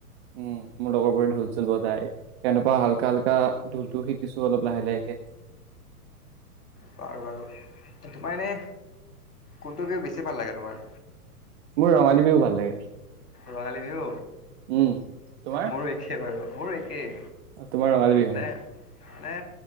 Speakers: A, on the right; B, on the left.
A: উম মোৰ লগৰবোৰে ঢোল চোল বজায় কেনেকুৱা হালকা হালকা ঢোলটোও শিকিছো অলপ লাহে লাহেকে।
B: বাৰু বাৰু তোমাৰ এনে কোনটো বিহু বেছি ভাল লাগে তোমাৰ?
A: মোৰ ৰঙালী বিহু ভাল লাগে।
B: ৰঙালী বিহু?
A: উম। তোমাৰ?
B: মোৰো একেই বাৰু। মোৰ একেই।
A: তোমাৰ ৰঙালী বিহুৱে,
B: মানে মানে